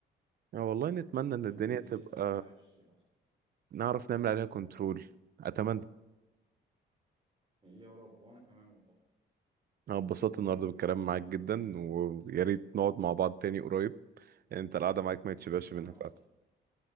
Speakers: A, on the right; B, on the right.
A: يعني والله نتمنى
B: فيمكن
A: ان الدنيا
B: الجيل
A: تبقى
B: اللي فات ما عرفش ده
A: نعرف نعمل عليها كنترول اتمنى
B: يا رب وانا كمان والله
A: انا اتبسطت النهارده
B: وانا كمان
A: بالكلام معاك جدا ويا ريت نقعد مع بعض تاني قريب يعني انت القعده معاك ما يتشبعش منها
B: انا
A: فعلا
B: اكتر